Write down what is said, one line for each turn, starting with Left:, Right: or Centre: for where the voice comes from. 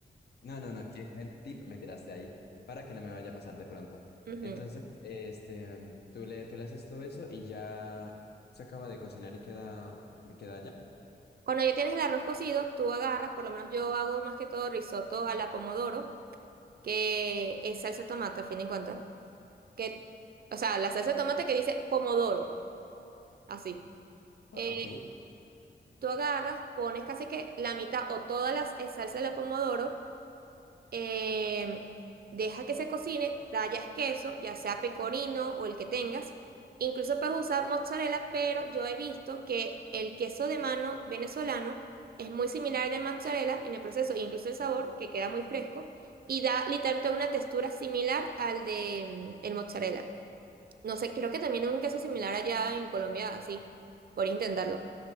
Left: No, no, no, qué buen tip me tiraste ahí para que no me vaya a pasar de pronto.
Right: Ujú.
Left: Entonces, este, tú le, tú le haces todo eso y ya se acaba de cocinar y queda, y queda ya.
Right: Cuando ya tienes el arroz cocido, tú agarras, por lo menos yo hago más que todo risotto a la pomodoro, que es salsa de tomate, a fin de cuentas. Que, o sea, la salsa de tomate que dice pomodoro, así. Eh,
Left: Ah, ok. Sí,
Right: tú agarras, pones casi que la mitad o toda la s- eh, salsa de la pomodoro Em, deja que se cocine, rayas queso, ya sea pecorino o el que tengas. Incluso puedes usar mozzarella, pero yo he visto que el queso de mano venezolano es muy similar al de mozzarella en el proceso, incluso el sabor, que queda muy fresco, y da literalmente una textura similar al de mm, el mozzarella. No sé, creo que también es un queso similar allá en Colombia, así, por intentarlo.